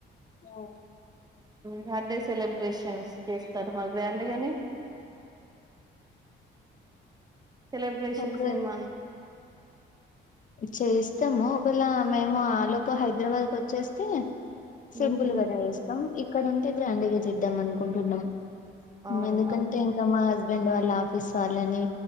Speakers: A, on the left; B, on the right.
A: ఓ
B: బర్త్డే సెలబ్రేషన్స్కి ఇస్తారు మళద అండి కాని సెలబ్రేషన్స్
A: ఓకే
B: ఏమన్నా
A: చేస్తాము ఒకవేళ మేము ఆలోపు హైదరాబాద్కి వచ్చేస్తే సింపుులు
B: ఉహు
A: కద చేస్తాం ఇక్కడ ఉంటే గ్రాండ్గా చేద్దాం అనుకుంటున్నాం
B: అవునా
A: ఎందుకంటే ఇంకా మా హస్బ డ్ వాళ్ళ ఆఫీస్ వాళ్ళని